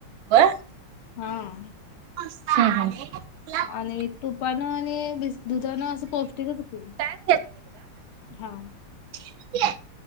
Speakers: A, on the right; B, on the left.
A: व्हयं.
B: हा आ.
A: मस्त आहे क्लाप हां. हा.
B: आणि तुपानं आणि बिस दुधानं असं पौष्टिकच हुतयं की,
A: टाइम
B: हां..
A: हीन ती...